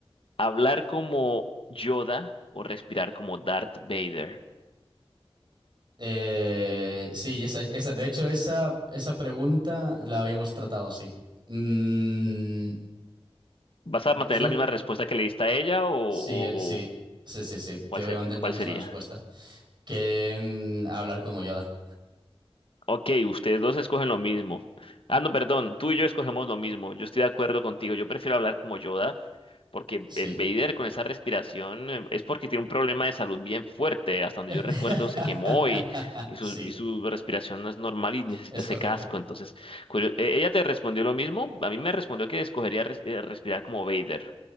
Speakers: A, on the left; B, on the right.
A: hablar como Yoda o respirar como Darth Vader?
B: Eh, sí, esa, esa, de hecho, esa, esa pregunta la habíamos tratado, sí. Mm,
A: ¿Vas
B: yo,
A: a mantener la misma respuesta que le diste a ella o, o-
B: sí, eh, sí,
A: o
B: sí, sí, sí,
A: cuál
B: te voy
A: sería?
B: a mantener
A: ¿Cuál
B: la misma
A: sería?
B: respuesta. Que mm, hablar como Yoda,
A: Ok, ustedes dos escogen lo mismo. Ah, no, perdón, tú y yo escogemos lo mismo. Yo estoy de acuerdo contigo. Yo prefiero hablar como Yoda porque
B: sí.
A: eh, Vader con esa respiración eh, es porque tiene un problema de salud bien fuerte. Hasta donde
B: <laughs>
A: yo recuerdo se quemó y, y,
B: Sí,
A: su, y su respiración no es normal y necesita
B: es
A: ese
B: correcto.
A: casco. Entonces, curio- eh, ella te respondió lo mismo. A mí me respondió que escogería res- eh, respirar como Vader.